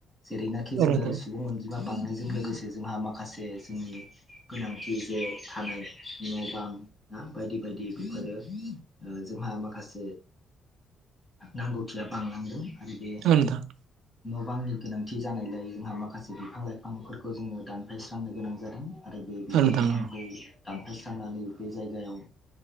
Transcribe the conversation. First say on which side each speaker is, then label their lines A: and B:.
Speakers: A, on the left; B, on the right.
A: जेरैनाखि
B: औ नोंथां
A: जोङो सुबुं अनजिमा बांनायजों लोगोसे जोंहा माखासे जोंनि गोनांथि जे थानाय न' बां ना बायदि बायदि बेफोरो ओ जोंहा माखासे नांगौथिया बांलांदों आरो बे
B: औ नोंथां
A: न' बांनि गोनांथि जानायलाय जोंहा माखासे बिफां लाइफांफोरखौ जोङो दानफायस्रांनो गोनां जादों आरो बे बिफां
B: औ नोंथां
A: लाइफांखौ
B: औ
A: दानफारस्रांनानै बे जायगायाव